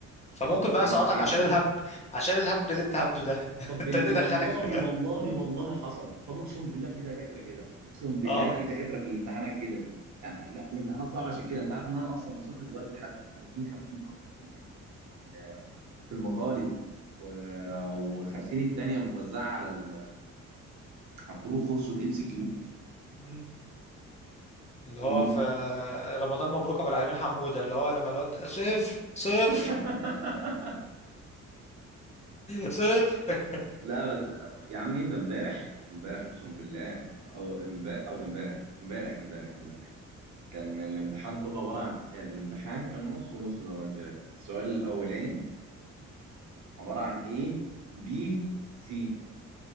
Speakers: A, on the left; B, on the right.
A: فممكن
B: اه
A: بقى
B: في
A: يسقطك
B: ناس كده
A: عشان الهبد عشان الهبد اللي انت هبده ده <laughs>
B: طب
A: انت
B: بال...
A: اللي
B: والله
A: دخلك
B: والله والله حصل طب اقسم بالله في دكاتره كده اقسم
A: <laughs>
B: بالله
A: اه
B: في دكاتره في الامتحانات كده يعني لا الامتحانات صعبه عشان كده انت عارف ان انا اصلا وصلت دلوقتي لحد 50 50 اصلا في ال في ال- في المقالي و... وال50 التانيه متوزعه على ال... على الترو فورس والام سي كيو
A: مم. اللي
B: المهم
A: هو في رمضان مبروك ابو العالمين حموده اللي هو لما الواد صفر صفر
B: <laughs>
A: <laughs> صفر
B: لا بس يا عمي ده امبارح امبارح اقسم بالله او امبارح او امبارح امبارح امبارح امبارح كان الامتحان كله عبارة عن الامتحان كان نص ونص زي ما قلت لك السؤال الأولاني عبارة عن A B C